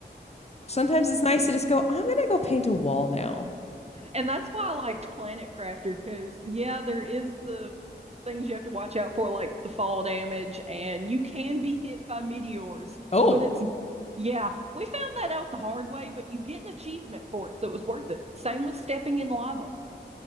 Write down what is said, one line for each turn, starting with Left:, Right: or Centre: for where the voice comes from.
Left: Sometimes it's nice to just go, I'm gonna go paint a wall now.
Right: And that's why I liked Planet Crafter because, yeah, there is the things you have to watch out for, like the fall damage, and you can be hit by meteors,
Left: Oh,
Right: but it's, yeah, we found that out the hard way, but you get an achievement for it, so it was worth it. Same with stepping in lava. <laughs>